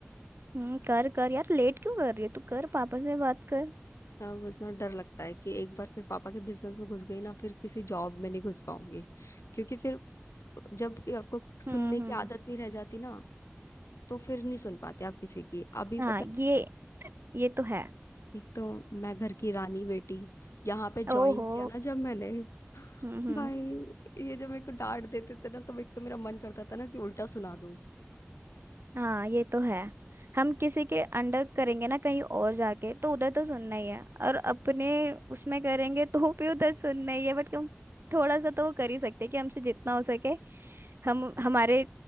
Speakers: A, on the right; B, on the left.
A: हम्म कर कर यार लेट क्यों कर रही है तू कर पापा से बात कर
B: अब उतना डर लगता है कि एक बार फिर पापा के बिजनेस में घुस गई ना फिर किसी जॉब में नहीं घुस पाऊंगी क्योंकि फिर जब कि आपको सुनने
A: हम्म
B: की
A: हम्म
B: आदत नहीं रह जाती ना तो फिर नहीं सुन पाते आप किसी की अभी पता
A: हाँ
B: है
A: ये ये तो है
B: एक तो मैं घर की रानी बेटी यहाँ पे ज्वाइन
A: ओहो
B: किया ना जब मैंने
A: हम्म हम्म
B: भाई ये जब मेरे को डांट देते थे ना तो एक तो मेरा मन करता था ना कि उल्टा सुना दूं
A: हाँ ये तो है हम किसी के अंडर करेंगे ना कहीं और जाके तो उधर तो सुनना ही है और अपने उसमें करेंगे तो भी उधर सुनना ही है बट हम थोड़ा सा तो वो कर ही सकते हैं कि हमसे जितना हो सके हम हमारे